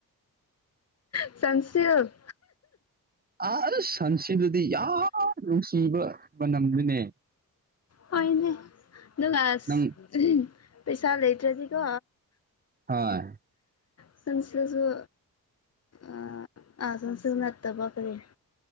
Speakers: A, on the left (about 45°); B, on the right (about 25°).
A: ꯁꯟꯁꯤꯜ
B: ꯑꯁ ꯁꯟꯁꯤꯜꯗꯨꯗꯤ ꯌꯥꯝ ꯅꯨꯡꯁꯤꯕ ꯃꯅꯝꯅꯤꯅꯦ
A: ꯍꯣꯏꯅꯦ ꯗꯨꯅ ꯑꯁ
B: ꯅꯪ
A: ꯄꯩꯁꯥ ꯂꯩꯇ꯭ꯔꯥꯗꯤꯀꯣ
B: ꯍꯣꯏ
A: ꯁꯪꯁꯤꯜꯁꯨ ꯑꯥ ꯑꯥ ꯁꯟꯁꯤꯜ ꯅꯠꯇꯕ ꯀꯔꯤ